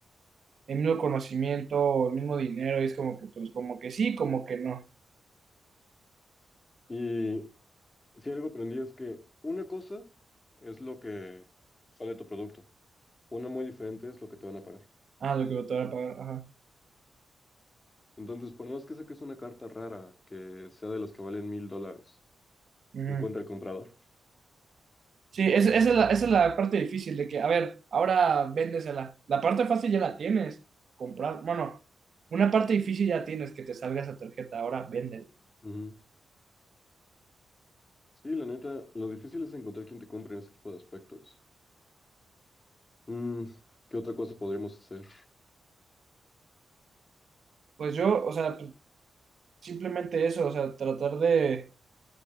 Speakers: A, on the right; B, on the left.
A: el mismo conocimiento o el mismo dinero, y es como que, pues, como que sí, como que no.
B: Y si algo aprendí es que una cosa es lo que vale tu producto. Una muy diferente es lo que te van a pagar.
A: Ah, lo que te van a pagar, ajá.
B: Entonces, por más que saques una carta rara que sea de las que valen mil dólares,
A: ujú.
B: encuentra el comprador.
A: Sí, es- esa es la, esa es la parte difícil de que, a ver, ahora véndesela. La parte fácil ya la tienes, comprar, bueno, una parte difícil ya tienes que te salga esa tarjeta, ahora véndela.
B: Ujú. Sí, la neta, lo difícil es encontrar quien te compre en ese tipo de aspectos. Mm, ¿qué otra cosa podríamos hacer?
A: Pues yo, o sea, pues, simplemente eso, o sea, tratar de